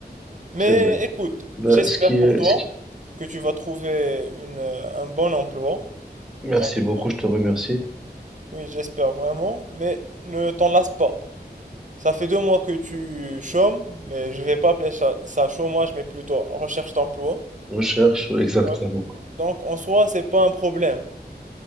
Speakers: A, on the right (about 45°); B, in the centre.
A: Mais
B: c'est vrai.
A: écoute,
B: Ben,
A: j'espère
B: ce qui
A: pour
B: est,
A: toi
B: ce qui-
A: que tu vas trouver une, euh, un bon emploi.
B: Merci
A: Donc,
B: beaucoup,
A: euh,
B: je te remercie.
A: oui, j'espère vraiment. Mais ne t'en lasse pas. Ça fait deux mois que tu chômes, mais je vais pas appeler ça, ça chômage, mais plutôt recherche d'emploi.
B: Recherche, <laughs> exactement.
A: Ouais. Donc, en soi, c'est pas un problème.